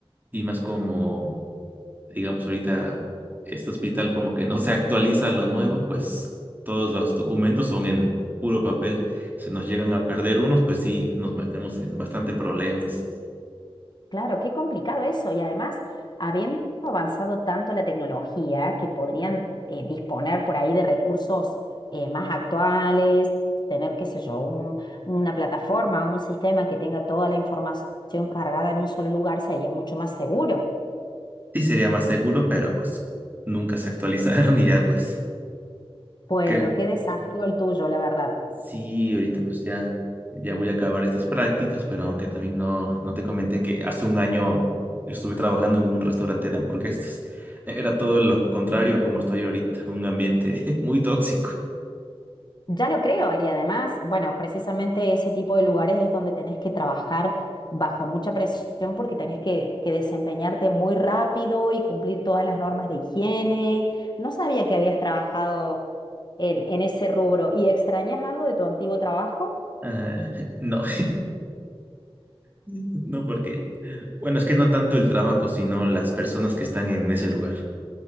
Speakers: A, on the right; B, on the left.
A: y más como, digamos, ahorita este hospital como que no se actualiza lo nuevo, pues todos los documentos son en puro papel. Se nos llegan a perder unos, pues sí, nos metemos en bastante problemas.
B: Claro, qué complicado eso. Y además, habiendo avanzado tanto la tecnología, que podrían eh, disponer por ahí de recursos eh, más actuales, tener, qué sé yo, un- una plataforma, un sistema que tenga toda la información cargada en un solo lugar, sería mucho más seguro.
A: Sí, sería más seguro, pero pues nunca se actualizaron y ya, pues,
B: Bueno,
A: ¿qué?
B: qué desafío el tuyo, la verdad.
A: Sí, ahorita pues ya, ya voy a acabar estas prácticas, pero aunque también no, no te comenté que hace un año estuve trabajando en un restaurante de hamburguesas. E, Era todo lo contrario a como estoy ahorita, un ambiente <laughs> muy tóxico.
B: Ya lo creo, y además, bueno, precisamente ese tipo de lugares es donde tenés que trabajar bajo mucha presión porque tenés que, que desempeñarte muy rápido y cumplir todas las normas de higiene. No sabía que habías trabajado en, en ese rubro. ¿Y extrañas algo de tu antiguo trabajo?
A: Ah, no, <laughs> no porque, bueno, es que no tanto el trabajo, sino las personas que están en ese lugar,